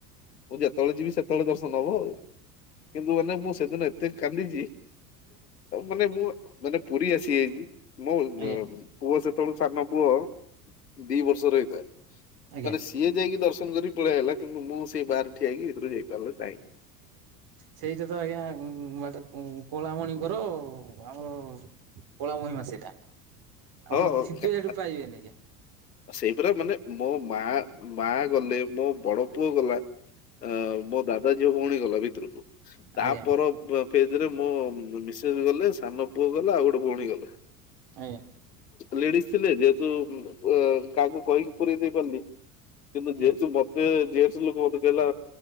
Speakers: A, on the left; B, on the right.
A: ମୁଁ ଯେତେବେଳେ ଯିବି, ସେତେବେଳେ ଦର୍ଶନ ହବ ଆଉ। କିନ୍ତୁ ମାନେ ମୁଁ ସେଦିନ ଏତେ କାନ୍ଦିଛି, ମାନେ ମୁଁ ମାନେ ପୁରୀ ଆସିଯାଇଛି, ମୋ
B: ଆଜ୍ଞା।
A: ପୁଅ ସ ସାନ ପୁଅ ଦି ବର୍ଷ ହେଇ,
B: ଆଜ୍ଞା
A: ମାନେ
B: ଆଜ୍ଞା
A: ସିଏ ଯାଇକି ଦର୍ଶ ନ କରି ପଳେଇ ଆଇଲା, କିନ୍ତୁ ମୁଁ ସେଇ ବାହାରେ ଠଆ ହେଇକି ଭିତରକୁ ଯାଇପାରିଲି ନାହିଁ।
B: ସେଇଟା ତ ଆଜ୍ଞା <unintelligible> କଳାମଣିଙ୍କର ଆମର କଳାମହିମା ସେଇଟା। ଆପଣ
A: ହଁ ହଁ
B: ଥିବେ ସେଠୁ ପାଇବେନି ଆଜ୍ଞା
A: ସେଇପରା ମାନେ ମୋ ମା ମା ଗଲେ, ମୋ ବଡ ପୁଅ ଗଲା, ଅ ମୋ ଦାଦା ଝିଅ ଭଉଣୀ ଗଲା ଭିତରକୁ। ତାପର
B: ଆଜ୍ଞା
A: ଫେ ଫେଜରେ ମୋ ମିସେସ ଗଲେ ସାନ ପୁଅ ଗଲା ଆଉ ଗୋଟେ ଭଉଣୀ ଗଲେ।
B: ଆଜ୍ଞା।
A: ଲେଡିଜ ଥିଲେ ଯେହେତୁ ଉ କାହାକୁ କହିକି ପୁରେଇ ଦେଇ ପାରିଲି। କିନ୍ତୁ
B: ଆଜ୍ଞା
A: ଯେହେତୁ ମତେ ଯେହତୁ ଲୋକ ମତେ କହିଲା